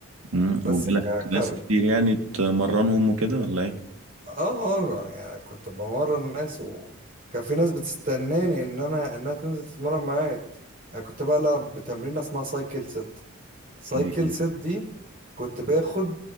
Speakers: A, on the right; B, on the right.
A: مم.
B: بس
A: وجالك
B: ككاري
A: ناس كتير يعني تمرنهم وكده ولا ايه؟
B: اه اه يعني كنت بمرن الناس وكان في ناس بتستناني ان انا انها تنزل تتمرن معايا انا كنت بلعب بتمرين اسمها سايكل ست سايكل
A: دي
B: سيت دي كنت باخد